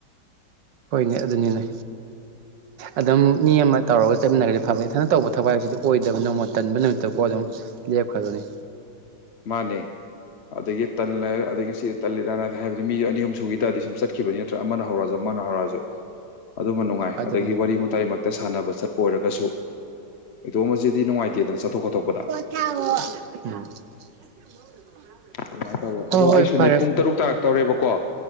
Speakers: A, on the right; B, on the left.
A: ꯍꯣꯏꯅꯦ ꯑꯗꯨꯅꯤꯅꯦ ꯑꯗꯨꯝ ꯃꯤ ꯑꯃ ꯇꯧꯔꯒ ꯆꯠꯃꯤꯟꯅꯔꯗꯤ ꯐꯕ ꯏꯊꯟꯗ ꯇꯧꯕ ꯊꯕꯛ ꯍꯥꯏꯕꯁꯤꯗꯤ ꯑꯣꯏꯗꯕ ꯅꯣꯡꯃ ꯇꯟꯕ ꯅꯨꯃꯤꯠꯇꯀꯣ ꯑꯗꯨꯝ ꯂꯦꯞꯈꯗꯣꯏꯅꯦ
B: ꯃꯥꯅꯦ ꯑꯗꯒꯤ ꯇꯜꯂ ꯑꯗꯒꯤ ꯉꯁꯤꯗꯤ ꯇꯟꯂꯤꯗꯅ ꯍꯥꯏꯕꯖꯦ ꯃꯤ ꯑꯅꯤ ꯑꯍꯨꯝ ꯁꯨꯒꯤ ꯇꯥꯔꯗꯤ ꯁꯨꯝ ꯆꯠꯈꯤꯕꯅꯤ ꯅꯠꯇ꯭ꯔ ꯑꯃꯅ ꯍꯧꯔꯁꯨ ꯑꯃꯅ ꯍꯧꯔꯛꯑꯁꯨ ꯑꯗꯨꯃ ꯅꯨꯡꯉꯥꯏ
A: ꯑꯗꯨꯅꯤ
B: ꯑꯗꯒꯤ ꯋꯥꯔꯤ ꯋꯥꯇꯥꯏꯃꯛꯇ ꯁꯥꯟꯅꯕ ꯆꯠꯄ ꯑꯣꯏꯔꯒꯁꯨ ꯏꯇꯣꯝ ꯃꯁꯤꯗꯤ ꯅꯨꯡꯉꯥꯏꯇꯦꯗꯅ ꯆꯠꯊꯣꯛ ꯈꯣꯠꯇꯣꯛꯄꯗ
A: <unintelligible>
B: ꯑꯗꯨꯃꯥꯏꯅ ꯇꯧꯋꯦ
A: ꯍꯣꯏ
B: ꯑꯗꯣ
A: ꯍꯣꯏ
B: ꯑꯩꯁꯨꯅꯦ
A: ꯐꯔꯦ
B: ꯄꯨꯡ
A: ꯐꯔꯦ
B: ꯇꯔꯨꯛ ꯇꯥꯔꯛ ꯇꯧꯔꯦꯕꯀꯣ